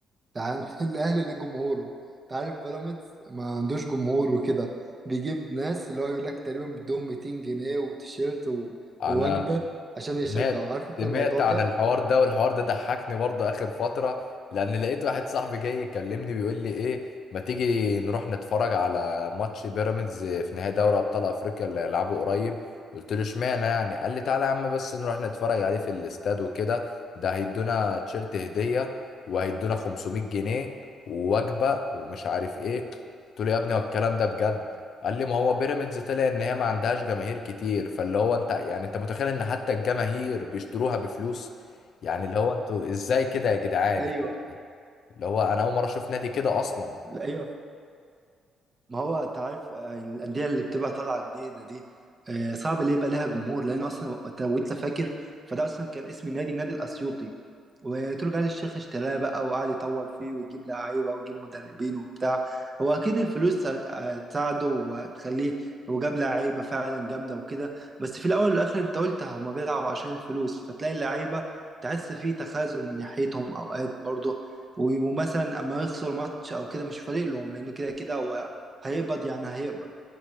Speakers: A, on the right (about 30°); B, on the left (about 65°).
A: انت عن- <laughs> الاهلي ليه جمهوره انت عارف بيراميدز ما عندوش جمهور وكده بيجيب ناس اللي هو يقول لك تقريبا بدهم 200 جنيه وتيشيرت و-
B: أنا
A: ووجبه عشان يشجعوا
B: سمعت
A: عارف انت
B: سمعت
A: الموضوع
B: عن
A: ده
B: الحوار ده والحوار ده ضحكني برضه آخر فترة لأن لقيت واحد صاحبي جاي يكلمني بيقول لي إيه ما تيجي نروح نتفرج على ماتش بيراميدز في نهائي دوري أبطال أفريقيا اللي هيلعبه قريب قلت له اشمعنى يعني قال لي تعالى يا عم بس نروح نتفرج عليه في الاستاد وكده ده هيدونا تيشيرت هدية وهيدونا 500 جنيه ووجبة ومش عارف إيه قلت له يا ابني هو الكلام ده بجد قال لي ما هو بيراميدز طلع ان هي ما عندهاش جماهير كتير فاللي هو انت يعني انت متخيل ان حتى الجماهير بيشتروها بفلوس يعني اللي هو انتوا ازاي كده يا جدعان
A: ايوه
B: يعني اللي هو انا اول مره اشوف نادي كده اصلا
A: لا، ايوه ما هو انت عارف آه، الانديه اللي بتبقى طالعه جديده دي آه، صعب اللي يبقى لها جمهور لانه اصلا لو انت فاكر فده اصلا كان اسم النادي النادي الاسيوطي وتركي آل الشيخ اشتراه بقى وقعد يطور فيه ويجيب لعيبة ويجيب مدربين وبتاع هو أكيد الفلوس هت- هتساعده وهتخليه وجاب لعيبة فعلا جامدة وكده بس في الأول والآخر أنت قلت هما بيلعبوا عشان الفلوس فتلاقي اللعيبة تحس فيه تخاذل من ناحيتهم أوقات برضه و- ومثلا أما يخسر ماتش أو كده مش فارق لهم لأنه كده كده هو هيقبض يعني هيقبض